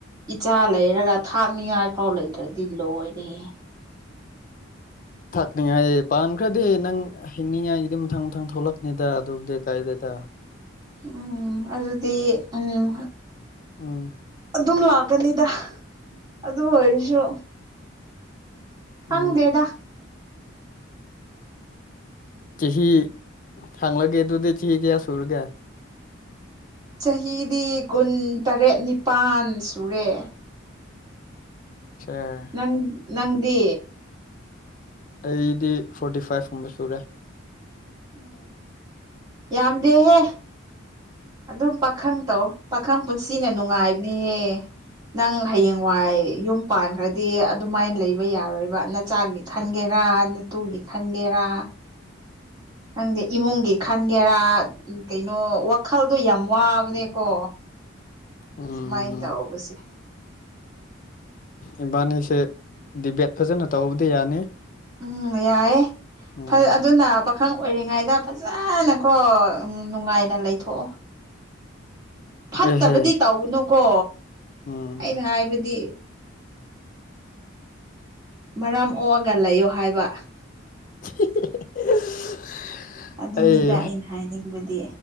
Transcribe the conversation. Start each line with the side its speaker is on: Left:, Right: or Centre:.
Right: ꯏꯆꯥ ꯂꯩꯔꯒ ꯊꯥꯛꯅꯤꯉꯥꯏ ꯐꯥꯎ ꯂꯩꯇ꯭ꯔꯗꯤ ꯂꯣꯏꯔꯦ꯫
Left: ꯊꯛꯅꯤꯡꯉꯥꯏ ꯄꯥꯟꯈ꯭ꯔꯗꯤ ꯅꯪ ꯍꯤꯡꯅꯤꯡꯉꯥꯏꯒꯤꯗꯤ ꯃꯊꯪ ꯃꯊꯪ ꯊꯣꯛꯂꯛꯅꯤꯗ ꯑꯗꯨꯕꯨꯗꯤ ꯀꯥꯏꯗꯗ
Right: ꯎꯝ ꯑꯗꯨꯗꯤ ꯎꯝ
Left: ꯎꯝ
Right: ꯑꯗꯨꯝ ꯂꯥꯛꯀꯅꯤꯗ ꯑꯗꯨ ꯑꯣꯏꯔꯁꯨ ꯍꯪꯗꯦꯗꯥ꯫
Left: ꯎꯝ ꯆꯍꯤ ꯍꯥꯡꯪꯂꯒꯦ ꯑꯗꯨꯗꯤ ꯆꯍꯤ ꯀꯌꯥ ꯁꯨꯔꯒꯦ꯫
Right: ꯆꯍꯤꯗꯤ ꯀꯨꯟ ꯇꯔꯦꯠ ꯅꯤꯄꯜ ꯁꯨꯔꯦ꯫
Left: <unintelligible>
Right: ꯅꯪ ꯅꯪꯗꯤ꯫
Left: ꯑꯩꯗꯤ ꯐꯣꯔꯇꯤ ꯐꯥꯏꯚꯀꯨꯝꯕ ꯁꯨꯔꯦ
Right: ꯎ ꯌꯥꯝꯗꯦꯍꯦ ꯑꯗꯨꯝ ꯄꯥꯈꯪ ꯇꯧ ꯄꯥꯈꯪ ꯄꯨꯟꯁꯤꯅ ꯅꯨꯡꯉꯥꯏꯕꯅꯦꯍꯦ ꯅꯪ ꯍꯌꯦꯡꯋꯥꯏ ꯌꯨꯝ ꯄꯥꯟꯈ꯭ꯔꯗꯤ ꯑꯗꯨꯃꯥꯏꯅ ꯂꯩꯕ ꯌꯥꯔꯣꯏꯕ ꯅ ꯆꯥꯡꯒꯤ ꯈꯟꯒꯦꯔꯥ ꯅꯠꯇꯨꯒꯤ ꯈꯟꯒꯦꯔꯥ ꯈꯪꯗꯦ ꯏꯃꯨꯡꯒꯤ ꯈꯟꯒꯦꯔꯥ ꯎ ꯀꯩꯅꯣ ꯋꯥꯈꯜꯗꯣ ꯌꯥꯝ ꯋꯥꯕꯅꯦꯀꯣ
Left: ꯎꯝ
Right: ꯁꯨꯃꯥꯏꯅ ꯇꯧꯕꯁꯦ
Left: ꯏꯕꯥꯅꯤꯁꯦ ꯗꯤꯕꯦꯠ ꯐꯖꯅ ꯇꯧꯕꯗꯤ ꯌꯥꯅꯤ
Right: ꯎꯝ ꯌꯥꯏꯦ
Left: ꯎꯝ
Right: ꯐ ꯑꯗꯨꯅ ꯑꯈꯪ ꯑꯣꯏꯔꯤꯉꯩꯗ ꯐꯖꯅꯀꯣ ꯅꯨꯡꯉꯥꯏꯅ ꯂꯩꯊꯣꯛꯑꯣ ꯐꯠꯇꯕꯗꯤ
Left: ꯑꯦꯍꯦ
Right: ꯇꯧꯒꯅꯨꯀꯣ
Left: ꯎꯝ
Right: ꯑꯩꯅ ꯍꯥꯏꯕꯗꯤ ꯃꯔꯥꯝ ꯑꯣꯛꯑꯒ ꯂꯩꯌꯣ ꯍꯥꯏꯕ
Left: <unintelligible>
Right: ꯑꯗꯨꯅꯤꯗ
Left: ꯑꯩ
Right: ꯑꯩꯅ ꯍꯥꯏꯅꯤꯡꯕꯗꯤ